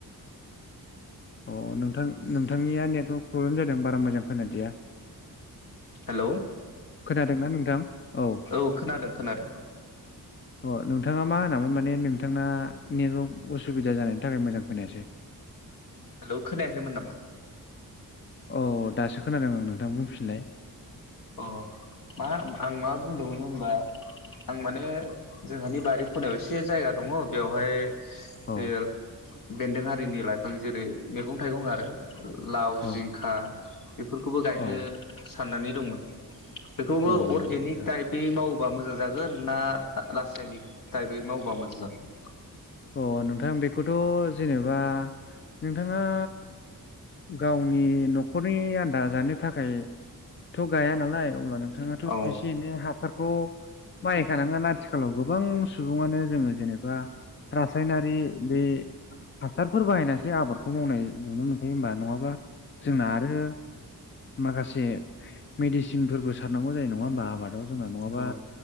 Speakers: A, on the left; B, on the left.
A: अ नोंथां नोंथांनिया नेटवर्क प्रब्लेम जादों बारा मोजां खोनादिया
B: हेल'
A: खोनादोंना नोंथां औ।
B: औ खोनादों खोनादों।
A: <inaudible> अ नोंथाङा मा होनामोन माने नोंथांना नेटवर्क असुबिदा जानायनि थाखाय मोजां खोनायासै
B: हेल' खोनायाखैमोन नामा
A: औ दासो खोनादों आं नोंथां बुंफिनलाय
B: अ मा आं मा बुंदोंमोन होनबा आं माने जोंहानि बारि खनायाव एसे जायगा दङ बेवहाय
A: औ
B: जे बेन्दों हारिनि लाइफां जेरै मैगं थाइगं आरो लाव
A: औ
B: जिंखा बेफोरखौबो गायनो
A: औ
B: साननानै दंमोन बेखौबो
A: औ
B: अर्गेनिक टाइपै मावोबा मोजां जागोन ना रासायनिक टाइपै मावोबा मोजां जागोन
A: अ नोंथां बेखौथ' जेनेबा नोंथाङा गावनि न'खरनि आन्दा जानो थाखायथ' गाया नालाय अब्ला नों नोंथाङाथ'
B: जागोन? औ
A: एसे एनै हा हासारखौ बाहायखानांगोन आथिखालाव गोबां सुबुङानो जोङो जेनेबा रासायनारि बे हासारफोर बाहायनासो आबादखौ मावनाय नुनो मोनखायो हबा नङाबा जोंना आरो माखासे मेडिसिनफोरबो सारनांगौ जायो नङा होमबा आबादाव जोंना नङाबा
B: औ